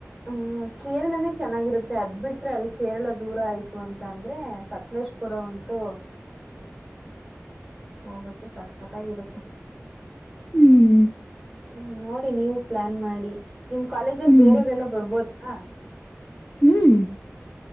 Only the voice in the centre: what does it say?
ಹ್ಮ್ ಕೇರಳನೇ ಚೆನ್ನಾಗಿರುತ್ತೆ ಅದ್ ಬಿಟ್ರೆ ಅಲ್ಲಿ ಕೇರಳ ದೂರ ಆಯ್ತು ಅಂತ ಅಂದ್ರೆ ಸಕಲೇಶ್ ಪೂರ ಉಂತು ಹೋಗೋಕೆ ಸಕ್ಕತ್ತಾಗಿರುತ್ತೆ
ಹ್ಮ್ ನೋಡಿ ನೀವು ಪ್ಲಾನ್ ಮಾಡಿ ನಿಮ್ ಕಾಲೇಜ ಅಲ್ಲಿ
ಬೇರೆಯವರೆಲ್ಲ ಬರ್ಬೋದಾ